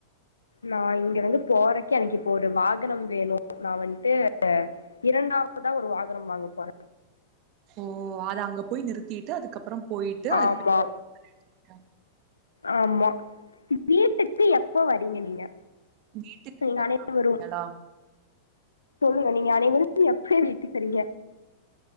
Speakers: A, on the left; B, on the right.
A: நா இங்க இருந்து போறக்கு எனக்கு இப்போ ஒரு வாகனம் வேணு நா வந்ட்டு இரண்டாவதா ஒரு வாகனம் வாங்க போற
B: ஓ அத அங்க போய் நிறுத்திட்டு அதுக்கப்புறம் போய்ட்டு <inaudible>
A: ஆமா
B: யா
A: ஆமா வீட்டுக்கு எப்ப வ ரீங்க நீங்க
B: வீட்டுக்கு
A: நீங்க
B: எப்ப
A: அனைவரும்
B: வரீங்களா?
A: சொல்லுங்க நீங்க அனைவரும் எப்ப எ வீட்டுக்கு வரீங்க?